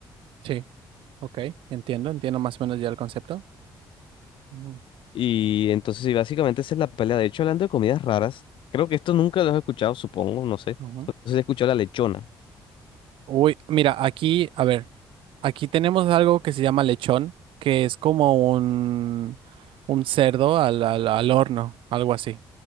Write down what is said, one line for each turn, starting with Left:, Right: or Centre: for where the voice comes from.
Right: Sí, ok, entiendo, entiendo más o menos ya el concepto. Ujú,
Left: Y entonces, sí, básicamente esa es la pelea. De hecho, hablando de comidas raras, creo que esto nunca lo has escuchado, supongo, no sé.
Right: ujú.
Left: No sé si has escuchado la lechona,
Right: Uy, mira, aquí, a ver, aquí tenemos algo que se llama lechón, que es como un, un cerdo al, al, al horno, algo así.